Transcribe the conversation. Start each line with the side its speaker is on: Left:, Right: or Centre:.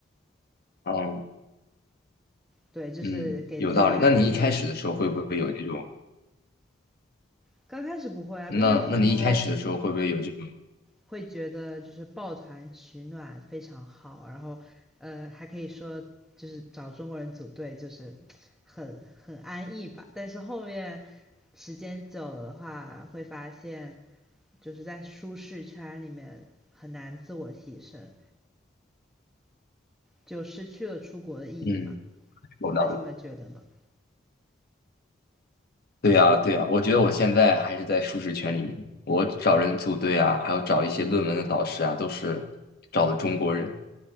Left: 嗯
Centre: 对，就是给自己压力。
Left: 嗯，有道理。那你一开始的时候会不会有这种？
Centre: 刚开始不会啊，
Left: 那那你一开始的时候会不会有这种
Centre: 刚开始时候会觉得就是抱团取暖非常好，然后呃还可以说就是找中国人组队就是很很安逸吧。但是后面时间久了的话，会发现就是在舒适圈里面很难自我提升，就失去了出国的意义嘛。
Left: 嗯
Centre: 你会这么觉得吗？
Left: 有道理？对呀，对呀，我觉得我现在还是在舒适圈里面，我找人组队啊，还有找一些论文的导师啊，都是找的中国人，